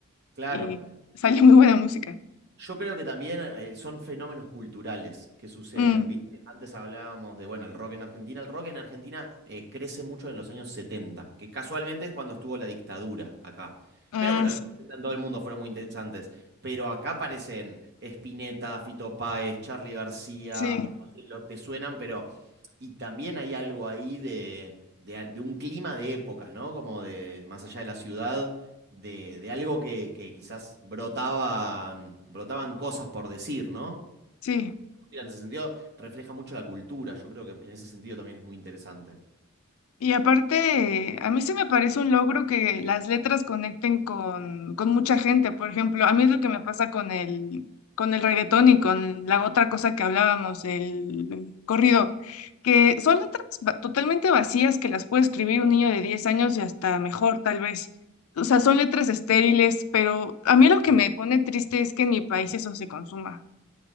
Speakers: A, on the right; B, on the left.
A: Claro.
B: y sale muy buena música.
A: Yo creo que también eh, son fenómenos culturales que suceden,
B: Mm,
A: ¿viste? Antes hablábamos de, bueno, el rock en Argentina. El rock en Argentina eh, crece mucho en los años 70, que casualmente es cuando estuvo la dictadura acá.
B: Ah,
A: Pero bueno,
B: sí,
A: los 70 en todo el mundo fueron muy interesantes. Pero acá aparecen Spinetta, Fito Páez, Charly García,
B: sí,
A: no sé, lo te suenan, pero... Y también hay algo ahí de, de, de un clima de época, ¿no? Como de más allá de la ciudad de, de algo que, que quizás brotaban, brotaban cosas por decir, ¿no?
B: sí.
A: Mira, En ese sentido, refleja mucho la cultura. Yo creo que en ese sentido también es muy interesante.
B: Y aparte, a mí se me parece un logro que las letras conecten con, con mucha gente. Por ejemplo, a mí es lo que me pasa con el, con el reggaetón y con la otra cosa que hablábamos, el corrido, que son letras va- totalmente vacías que las puede escribir un niño de 10 años y hasta mejor, tal vez. O sea, son letras estériles, pero a mí lo que me pone triste es que en mi país eso se consuma.